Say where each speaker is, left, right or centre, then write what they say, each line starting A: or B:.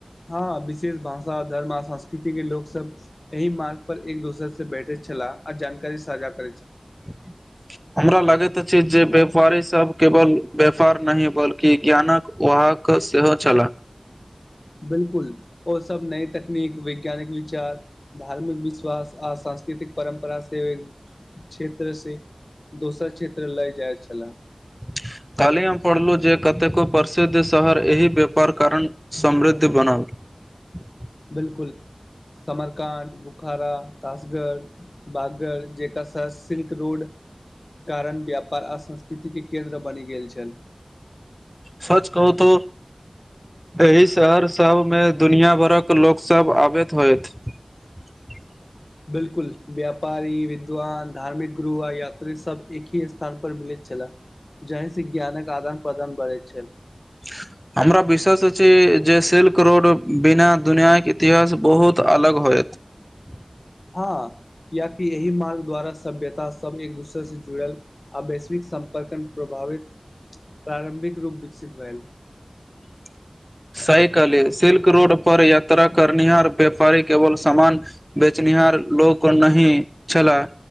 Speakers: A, on the left; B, in the centre.
A: हँ विशेष भाषा, धर्म आ संस्कृति के लोक सब एहि मार्ग पर एक-दोसर से बैठे। छलाह आ जानकारी साझा करै छै।
B: <unintelligible> हमरा लगैत अछि जे व्यापारीसभ केवल व्यापार नहि, बल्कि ज्ञानक वह। हक सेहो छलाह।
A: बिल्कुल, ओ सब नई तकनीक, वैज्ञानिक विचार धार्मिक विश्वास आसान। सांस्कृतिक परम्परा से, क्षेत्र से। दोसर क्षेत्र ल जाय छलाह।
B: <unintelligible> काल्हि हम पढ़लहुँ जे कतेको प्रसिद्ध शहर एहि व्यापार कारण समृद्ध बनल। <unintelligible>
A: बिल्कुल। समरकाड, बुखारा, कसगढ़, बगगर जेकाश, सिल्क रोड। कारण व्यापार आ संस्कृतिके केन्द्र बनि गेल छल।
B: सच कहूतौ। एहि शहर सबमें दुनिआँ भरक लोकसभ आबैत होथि। <inaudible>
A: बिल्कुल व्यापारी, विद्वान, धार्मिक गुरु आ यात्री सब एक ही स्थान पर मिले छै। छैला, जाहिसे ज्ञानक आदान-प्रदान बढ़ै छल।
B: <unintelligible> हमरा विश्वास अछि जे सिल्क रोड बिना दुनिया के इतिहास बहुत अलग होयत। <unintelligible>
A: हँ कियाकि एहि मार्ग द्वारा सभ्यता सभ एक-दोसरसँ जुड़ल आ वैश्विक सम्पर्क प्रभाव। प्रारम्भिक रूप विकसित भेयल।
B: <inaudible> सही कहलियै, सिल्क रोड पर यात्रा करनिहार व्यापारी केवल सामान बेचनिहार ल। लोक नहि छलाह,